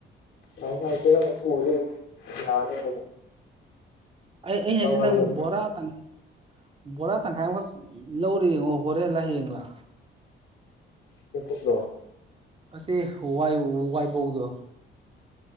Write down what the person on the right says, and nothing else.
ꯑꯩ ꯑꯩꯅ
ꯍꯥꯏꯖꯤ ꯅꯪ ꯕꯣꯔꯥꯇꯪ ꯕꯣꯔꯥ ꯇꯪꯈꯥꯏ ꯑꯃꯈꯛ ꯂꯧꯔꯦ ꯌꯦꯡꯉꯣ ꯍꯣꯔꯦꯟ ꯂꯥ ꯍꯌꯦꯡꯂ
ꯅꯠꯇ‌ꯦ ꯋꯥ ꯋꯥꯏ ꯋꯥꯏꯕꯧꯗꯣ